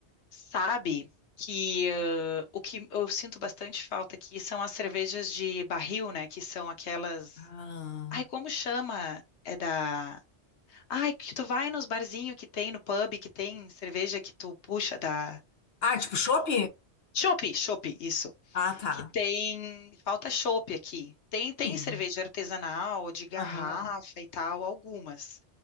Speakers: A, on the left (about 80°); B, on the left (about 65°).
A: Sabe que ãh, o que eu sinto bastante falta aqui são as cervejas de barril, né? Que são aquelas.
B: Ah,
A: Ai, como chama? É da. Ai, que tu vai nos barzinhos que tem, no pub, que tem cerveja que tu puxa da.
B: ah tipo chopp?
A: Chopp, chopp, isso.
B: Ah, tá.
A: Que tem, falta chopp aqui. Tem, tem
B: Sim.
A: cerveja artesanal, de garrafa
B: Aham.
A: e tal, algumas.